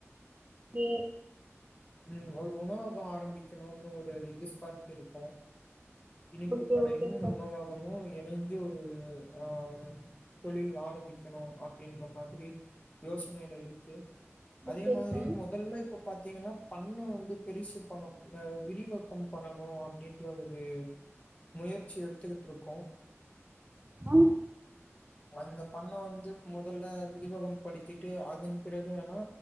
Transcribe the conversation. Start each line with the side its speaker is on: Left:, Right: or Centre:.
Right: ஏ
Left: ம் ஒரு உணவகொ ஆரம்பிக்கணுனு ஒரு எதிர்பார்ப்பு இருக்கு இனிப்பு
Right: ஓகே
Left: கடையும்
Right: ஓகே
Left: உணவகமு இணைந்து ஒரு ஆ அது தொழில் ஆரம்பிக்கணு அப்டின்ற மாதிரி யோசனேல இருக்கு
Right: ஓகே
Left: அதே
Right: ஃப்ரெண்ட் ஓகே
Left: மாதிரி
Right: ஃப்ரெண்ட்
Left: மொதல்ல இப்ப பாத்தீங்கன்னா பண்ண வந்து பெரிசு பண்ண அ விரிவாக்கம் பண்ணணு அப்டின்ற ஒரு முயற்சி எடுத்துகிட்ருக்கோ
Right: ஆ
Left: அந்த பண்ண வந்து மொதல்ல விரிவகம் படுத்திட்டு அதன் பிறகு வேணா